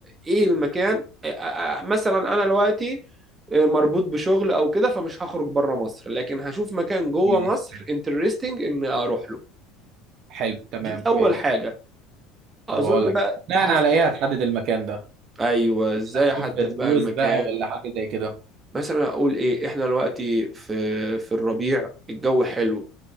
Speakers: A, on the right; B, on the right.
A: إيه المكان إيه- آه، مثلا أنا دلوقتي آه، مربوط بشغل أو كده فمش هخرج بره مصر لكن هشوف مكان جوه
B: ماشي
A: مصر انترستنج إن أروح له
B: حلو تمام
A: دي أول
B: يعني
A: حاجة أظن
B: طب اقول
A: بقى
B: لك بناء
A: هفتح
B: على ايه هتحدد المكان ده؟
A: أيوه إزاي
B: هتشوف
A: أحدد
B: ريفيوز
A: بقى المكان
B: بقى ولا حاجه زي كده؟
A: مثلا أقول إيه إحنا دلوقتي في في الربيع الجو حلو